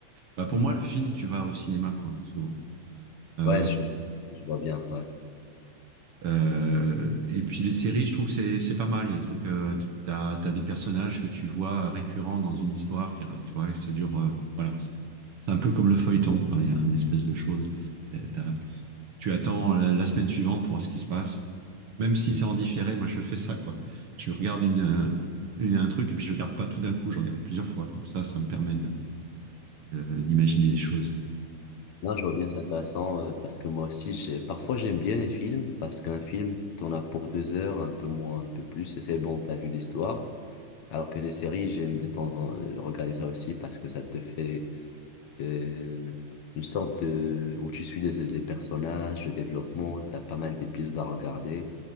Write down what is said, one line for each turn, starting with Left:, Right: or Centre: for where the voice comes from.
Right: Bah pour
Left: Mm.
Right: moi le film tu vas au cinéma quoi souvent. Euh,
Left: Ouais, je, je vois bien. Ouais.
Right: euh, et puis les séries je trouve que c'est c'est pas mal. Il y a des trucs euh, t'as t'as des personnages que tu vois euh, récurrents dans une histoire qui tu vois et ça dure euh, voilà c'est un, c'est un peu comme le feuilleton quoi. Il y a un espèce de chose. C'est- t'as- Tu attends la la semaine suivante pour voir ce qui se passe. Même si
Left: Mm.
Right: c'est en différé, moi je fais ça, quoi. Je regarde une, euh, une- un truc et puis je regarde pas tout d'un coup, je regarde plusieurs fois. Comme ça, ça me permet de- de- d'imaginer des choses.
Left: Non, je vois bien, c'est intéressant euh, parce que moi aussi, j'ai- parfois, j'aime bien les films parce qu'un film, t'en as pour deux heures, un peu moins, un peu plus, et c'est bon, t'as vu l'histoire. Alors que les séries, j'aime de temps en temps regarder ça aussi parce que ça te fait euh, une sorte de où tu suis les, les personnages, le développement, t'as pas mal d'épisodes à regarder